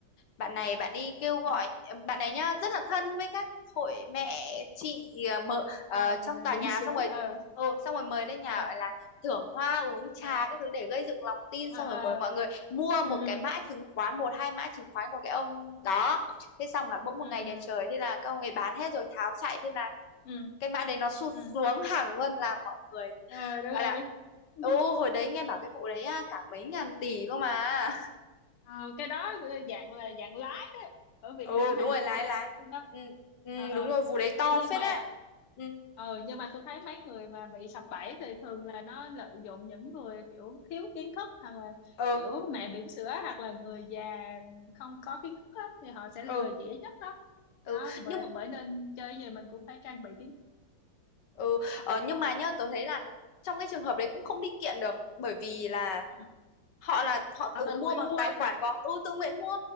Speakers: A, on the left (about 55°); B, on the left (about 80°).
A: bạn này bạn đi kêu gọi
B: ừ.
A: bạn này nhá rất là thân với các hội mẹ chị à, mợ ờ,
B: à
A: trong
B: mẹ
A: tòa
B: bỉm
A: nhà
B: sữa
A: xong rồi
B: ờ
A: ừ, xong rồi mời lên nhà
B: ờ
A: gọi là thưởng hoa uống trà
B: ờ
A: các thứ để gây dựng lòng tin
B: ờ
A: xong
B: ờ.
A: rồi mời mọi người mua
B: ừ
A: một
B: ừ
A: cái mã chứng khoán một hai mã chứng khoán của cái ông đó thế xong là bỗng một
B: ừ ừ
A: ngày đẹp trời
B: ừ
A: thế là các ông ấy bán hết rồi tháo chạy thế là
B: ừ
A: cái mã đấy nó sụt
B: ừ
A: xuống hẳn luôn là mọi người
B: Ờ, đúng
A: gọi
B: rồi
A: là
B: <laughs>
A: ừ hồi đấy nghe bảo cái vụ đấy á, cả mấy ngàn tỷ cơ mà
B: Ờ, cái đó ờ, dạng là dạng lái đó ở Việt
A: ừ
B: Nam
A: đúng
B: hay
A: rồi
B: bị
A: lái
B: lái
A: lái
B: đó
A: ừ, ừ,
B: ờ ờ
A: đúng rồi vụ đấy
B: Ê,
A: to
B: nhưng
A: phết
B: mà
A: đấy ừ
B: ờ nhưng mà tôi thấy mấy người mà bị sập bẫy thì thường là nó lợi dụng những người kiểu thiếu kiến thức hoặc là
A: ừ
B: kiểu mẹ bỉm sữa hoặc là người già không có kiến thức á, thì họ sẽ
A: ừ
B: lừa dễ nhất đó
A: ừ
B: đó
A: nhưng
B: bởi bởi nên chơi gì mình cũng phải trang bị kiến thức
A: ừ ờ, nhưng mà nhá tớ thấy là trong cái trường hợp đấy cũng không đi kiện được bởi vì là
B: ừ.
A: họ là họ
B: họ
A: tự
B: tự
A: mua
B: nguyện
A: bằng
B: mua
A: tài khoản có ừ tự nguyện mua